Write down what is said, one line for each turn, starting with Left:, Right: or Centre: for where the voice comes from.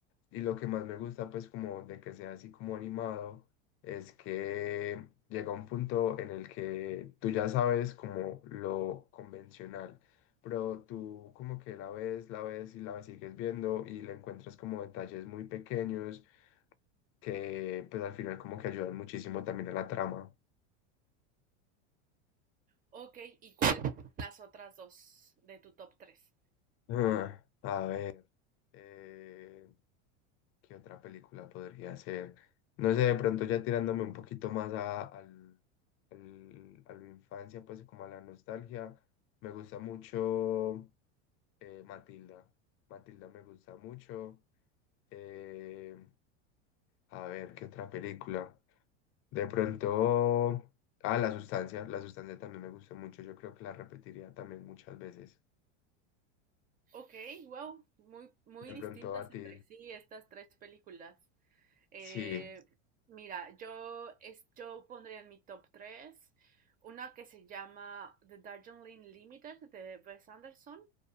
Left: Y lo que más me gusta, pues, como de que sea así como animado, es que llega un punto en el que tú ya sabes como lo convencional, pero tú como que la ves, la ves y la ves sigues viendo y le encuentras como detalles muy pequeños que, pues, al final como que ayudan muchísimo también a la trama.
Right: Ok, ¿y cuáles son las otras dos de tu top tres?
Left: Ah, a ver. eh, ¿Qué otra película podría ser? No sé, de pronto ya tirándome un poquito más a, al- al- a la infancia, pues como a la nostalgia, me gusta mucho eh, Matilda. Matilda me gusta mucho. Eh, a ver, ¿qué otra película? De pronto, ah, La Sustancia. La Sustancia también me gusta mucho. Yo creo que la repetiría también muchas veces.
Right: Ok, wow, muy, muy
Left: De
Right: distintas
Left: pronto a
Right: entre
Left: ti,
Right: sí estas tres películas. Eh,
Left: sí,
Right: mira, yo, es, yo pondría en mi top tres una que se llama The Darjeeling Limited de Wes Anderson.